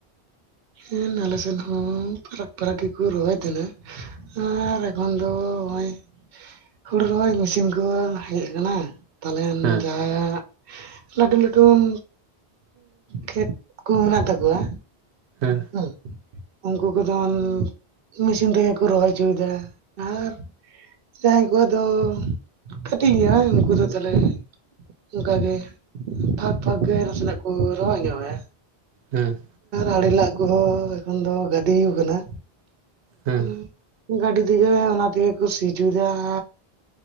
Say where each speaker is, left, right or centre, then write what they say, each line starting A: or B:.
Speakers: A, on the right; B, on the right.
A: ᱦᱮᱱ ᱟᱞᱮ ᱥᱮᱱ ᱦᱚᱸ ᱯᱷᱟᱨᱟᱠ ᱯᱷᱟᱨᱟᱠ ᱜᱮᱠᱚ ᱨᱚᱦᱚᱭ ᱛᱷᱮᱱᱟ᱾ ᱟᱨ ᱮᱠᱷᱚᱱ ᱫᱚ ᱦᱚᱸᱜᱼᱚᱭ ᱦᱩᱲᱩ ᱨᱮᱦᱚᱸᱭ ᱢᱮᱥᱤᱱ ᱠᱚ ᱦᱮᱡ ᱠᱟᱱᱟ᱾ ᱛᱟᱞᱦᱮᱱ
B: ᱦᱮᱸ
A: ᱡᱟᱦᱟᱭᱟᱜ ᱞᱟᱹᱰᱩ ᱞᱟᱹᱴᱩᱱ ᱠᱷᱮᱛ ᱠᱚ ᱢᱮᱱᱟᱜ ᱛᱟᱠᱚᱣᱟ᱾
B: ᱦᱩᱸ
A: ᱩᱸ ᱩᱝᱠᱩ ᱠᱚᱫᱚᱱ ᱢᱤᱥᱤᱱ ᱛᱮᱜᱮ ᱠᱚ ᱨᱚᱦᱚᱭ ᱪᱚᱭ ᱫᱟ ᱟᱨ ᱾ ᱡᱟᱦᱟᱸᱭ ᱠᱚᱣᱟᱜ ᱫᱚ ᱠᱟᱹᱴᱤᱡ ᱧᱚᱜ ᱩᱱᱠᱩ ᱫᱚ ᱛᱷᱟᱞᱮ ᱚᱝᱠᱟᱜᱮ ᱯᱷᱟᱠ ᱯᱷᱟᱠ ᱜᱮ ᱱᱟᱥᱮᱱᱟᱜ ᱠᱚ ᱨᱚᱦᱚᱭ ᱧᱚᱜᱟᱭᱟ ᱾
B: ᱦᱮᱸ ᱾
A: ᱟᱲᱮ ᱞᱟᱜ ᱠᱚᱦᱚᱸ ᱮᱠᱷᱚᱱ ᱫᱚ ᱜᱟᱹᱫᱤᱣ ᱠᱟᱱᱟ
B: ᱦᱮᱸ
A: ᱾ ᱜᱟᱹᱰᱤ ᱛᱮᱜᱮ ᱚᱱᱟ ᱛᱮᱜᱮ ᱠᱚ ᱥᱤ ᱪᱚᱭᱫᱟ ᱾